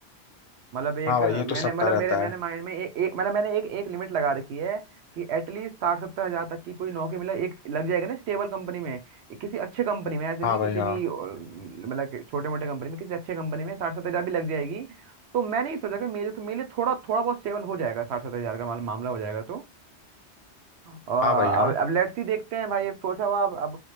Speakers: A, on the right; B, on the left.
A: मतलब एक
B: हाँ भाई ये
A: मैंने
B: तो सबका
A: मतलब
B: रहता
A: मेरे मैंने
B: है
A: माइंड में ए, एक मतलब मैंने एक एक लिमिट लगा रखी है कि एटलीस्ट साठ सत्तर हजार तक की कोई नौकरी मतलब एक लग जाएगा ना स्टेबल कंपनी में एक किसी अच्छे कंपनी में ऐसे
B: हाँ
A: नहीं
B: भाई
A: किसी
B: हाँ
A: भी अ, मतलब छोटे मोटे कंपनी में किसी अच्छे कंपनी में साठ सत्तर हजार भी लग जाएगी तो मैंने ये सोचा कि मेरे तो मेरे लिए थोड़ा थोड़ा बहुत स्टेबल हो जाएगा साठ सत्तर हजार का माल- मामला हो जाएगा तो अ, अब
B: हाँ भाई हाँ
A: अब लेट्स सी देखते हैं भाई अब सोचा हुआ अब अब